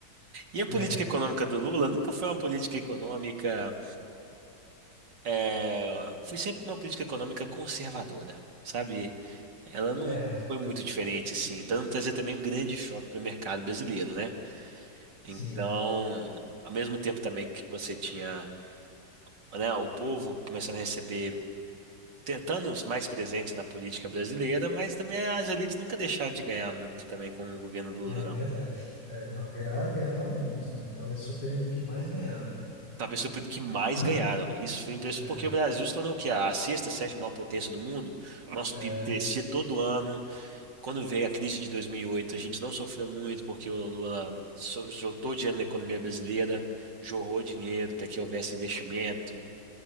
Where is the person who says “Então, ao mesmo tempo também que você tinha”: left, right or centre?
Right